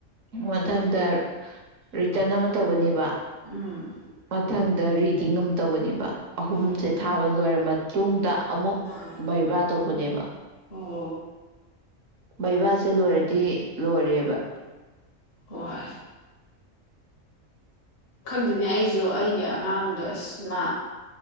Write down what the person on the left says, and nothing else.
ꯎꯝ
ꯑꯣ
ꯑꯥ
ꯑꯣ
ꯍꯣꯏ ꯈꯪꯗꯦꯅꯦ ꯑꯩꯁꯨ ꯑꯩꯒꯤ ꯑꯉꯥꯡꯗꯣ ꯑꯁ ꯃꯥ